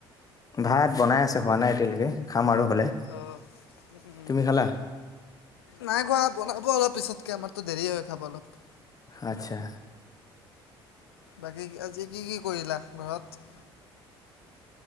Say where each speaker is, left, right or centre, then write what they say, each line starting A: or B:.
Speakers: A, on the left; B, on the left.
A: ভাত বনাই আছে হোৱা নাই এতিয়ালৈকে খাম আৰু হ'লে।
B: অ উম, উম,
A: তুমি খালা
B: নাই খোৱা বনাব অলপ পিছতকে, আমাৰতো দেৰি হয় খাবলৈ অলপ।
A: আচ্ছা।
B: বাকী আজি কি কি কৰিলা ঘৰত?